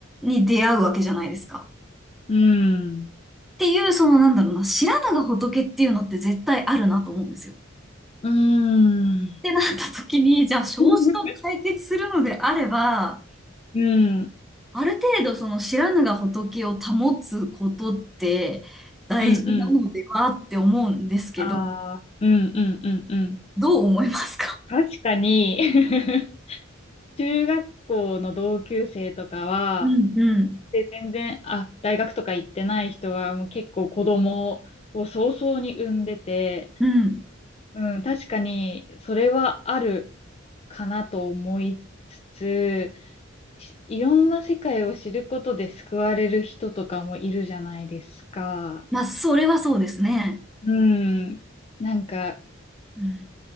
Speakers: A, in the centre; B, on the left.
A: に出会うわけじゃないですか。
B: うん。
A: っていう、その、なんだろうな、知らぬが仏っていうのって絶対あるなと思うんですよ。っ
B: うーん。
A: てなった時に、じゃあ、少子化を解決するのであれば、
B: <laughs> うん。
A: ある程度、その、知らぬが仏を保つことって大事なのではって思うんですけど、
B: うんうん。ああ、うんうんうんうん。
A: どう思いますか
B: 確かに <laughs> 中学校の同級生とかは、
A: うん、うん、
B: で、全然、あ、大学とか行ってない人は、もう結構子供を早々に産んでて、
A: うん。
B: うん、確かに、それはあるかなと思いつつ、しいろんな世界を知ることで救われる人とかもいるじゃないですか。
A: まあ、それはそうですね。
B: うん。なんか、
A: うん。